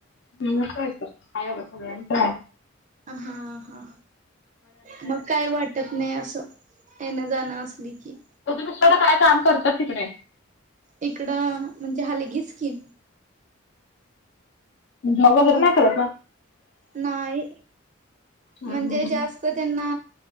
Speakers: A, on the left; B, on the right.
A: हम् कायतर हाय एवढ सगळ्यांच हाय!
B: हा हा मग काय वाट. ततने असं येण जाण असली की.
A: तुझे मिसटर काय काम करतात तिकडे?
B: इकडं म्हणजे हालगीच की.
A: जॉब वगैरे
B: हो
A: नाही करत ना.
B: नाही
A: हम
B: म्हणजे
A: हम.
B: जास्त त्यांना